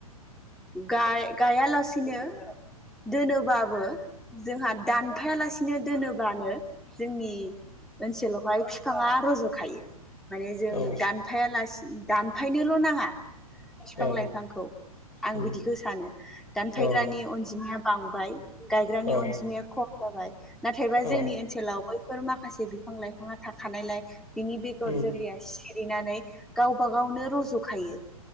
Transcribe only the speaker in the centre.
गाय-गायालासिनो दोनोबाबो जोंहा दानफायालासिनो दोनोबानो जोंनि ओनसोलावहाय फिफाङा रजखायो। माने जों
दानफायालासे दानफायनोल नाङा। फिफां
लाइफांखौ। आं
बिदिखौ सानो दानफायग्रानि
अनजिमाया बां बाय गायग्रानि
अनजिमाया ख जाबाय नाथायबा
जोंनि ओन्सोलाव बैफोर माखा माखासे बिफां लाइफाङा थाखानायलाय बिनि बेगरजोलैया
सि हैनानै गावब गावनो रज'खायो।